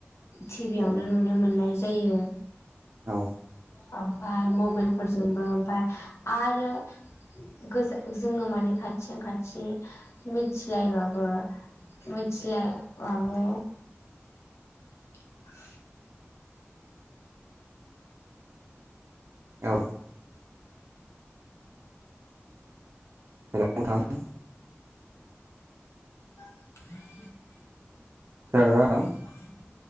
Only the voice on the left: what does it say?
थिबियावनो नुनो मोननाय जायो
ओमफाय मबाइल फोरजोंबो ओमफाय आरो गोजा जोंङो माने खाथियाव खाथि मिथिलायबाबो मिथिलायबाबो <unintelligible>
<unintelligible>
<unintelligible>